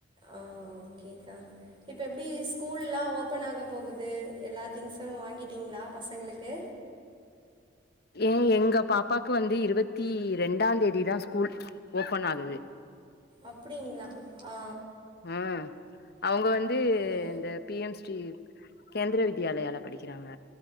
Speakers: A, on the right (about 25°); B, on the left (about 55°).
A: ஆ ஓகேக்கா இப்ப எப்டி ஸ்கூல்லா ஓப்பன் ஆக போகுது எல்லா திங்ஸும் வாங்கிட்டீங்களா பசங்களுக்கு
B: ஏ எங்க பாப்பாக்கு வந்து இருபத்தி ரெண்டா தேதி தா ஸ்கூல் ஓப்பன் ஆகுது
A: அப்படிங்களா ஆ
B: ம் அவங்க வந்து
A: ஓ
B: இந்த பி எம்ஸ் டி கேந்திர வித்யாலயால படிக்கிறாங்க